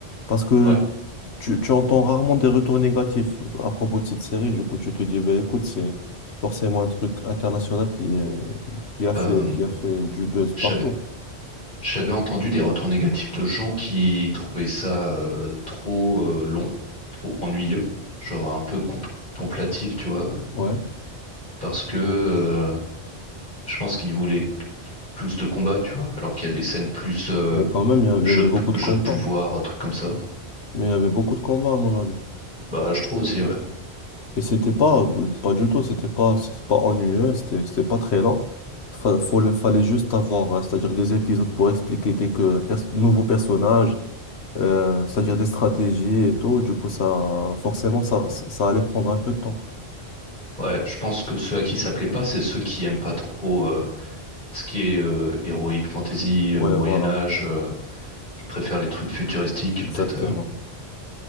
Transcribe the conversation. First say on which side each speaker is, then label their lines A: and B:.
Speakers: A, on the left; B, on the left.
A: parce que
B: ouais,
A: tu, tu entends rarement des retours négatifs à propos de cette série. Du coup, tu te dis, bah, écoute, c'est forcément un truc international qui, euh, qui a fait,
B: Euh,
A: qui a fait du buzz partout.
B: j'avais j'avais entendu des retours négatifs de gens qui trouvaient ça euh, trop euh, long, trop ennuyeux, genre un peu contemplatif, tu vois,
A: Ouais.
B: parce que euh, je pense qu'ils voulaient plus de combats, tu vois, alors qu'il y a des scènes plus euh,
A: Mais quand même, il y, a-
B: jeu
A: il y avait
B: de,
A: beaucoup de
B: jeu
A: combats.
B: de pouvoir, euh, trucs comme ça.
A: Mais il y avait beaucoup de combats, à mon avis.
B: Bah, je trouve aussi, ouais.
A: Et c'était pas, euh, pas du tout, c'était pas, c'était pas ennuyeux, c'était, c'était pas très lent. Fa- faut le- fallait juste avoir, euh, c'est-à-dire des épisodes pour expliquer quelques pers- nouveaux personnages, euh, c'est-à-dire des stratégies et tout. Du coup, ça, forcément, ça, ça, ça allait prendre un peu de temps.
B: Ouais, je pense que ceux à qui ça plaît pas, c'est ceux qui aiment pas trop euh, ce qui est euh, héroïque, fantasy,
A: Ouais,
B: euh, Moyen
A: voilà,
B: Âge, euh, qui préfèrent les trucs futuristiques,
A: exactement.
B: peut-être. euh,